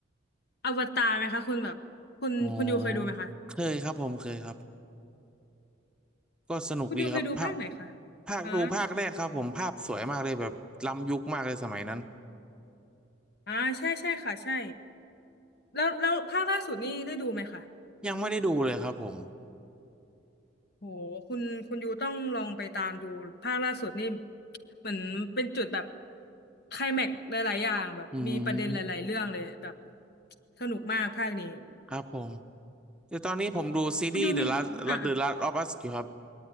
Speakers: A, on the left; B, in the centre.
A: อวตารไหมคะคุณแบบคุณคุณยูเคยดูไหมคะ
B: อ๋อเคยครับผมเคยครับก็สนุกดีครับภาค
A: คุณยูเคยดูภาคไหนคะ
B: ภาคดูภาคแรกครับผมภาพสวยมากเลยแบบล้ำยุคมากเลยสมัยนั้น
A: อ่าอ่าใช่ใช่ค่ะ ใช่ แล้วแล้วภาคล่าสุดนี่ได้ดูไหมคะ
B: ยังไม่ได้ดูเลยครับผม
A: โหคุณคุณยูต้องลองไปตามดูภาคล่าสุดนี่เหมือนเป็นจุดแบบไคลแม็กซ์หลายๆอย่างแบบมีประเด็นหลายๆเรื่องเลยแบบ
B: อืม
A: สนุกมากภาคนี้
B: ครับผมแต่ตอนนี้ผมดูซีรีส์
A: คุณยูมีอ่ะอ่ะ
B: The Last The Last of Us อยู่ครับ